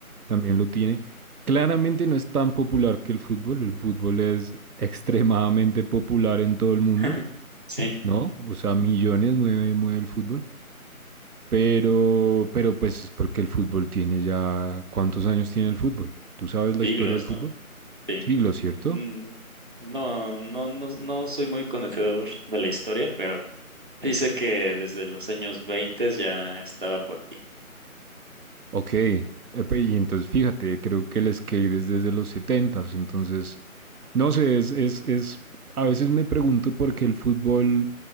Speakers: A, on the right (about 85°); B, on the right (about 35°).
A: también lo tiene. Claramente no es tan popular que el fútbol, el fútbol es extremadamente popular en todo el mundo,
B: <laughs> Sí,
A: ¿no? O sea, millones mueve, mueve el fútbol, pero, pero pues es porque el fútbol tiene ya... ¿Cuántos años tiene el fútbol? ¿Tú sabes la
B: siglos,
A: historia del
B: ¿no?
A: fútbol?
B: Sí.
A: Siglos, ¿cierto?
B: Mm, no, no, no, no soy muy conocedor de la historia, pero dice que desde los años 20 ya estaba por aquí.
A: Ok, epe, y entonces fíjate, creo que el skate es desde los setentas, entonces, no sé, es, es, es, a veces me pregunto por qué el fútbol